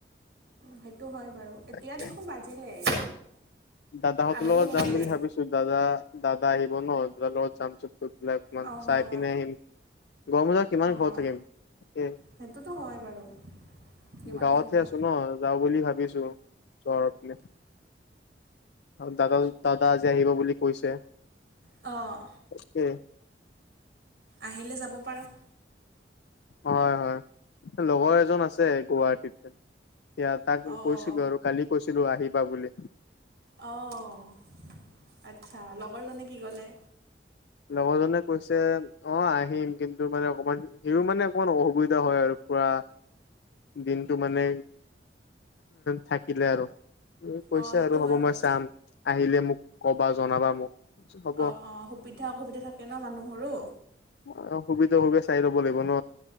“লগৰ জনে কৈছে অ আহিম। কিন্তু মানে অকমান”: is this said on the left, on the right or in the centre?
Left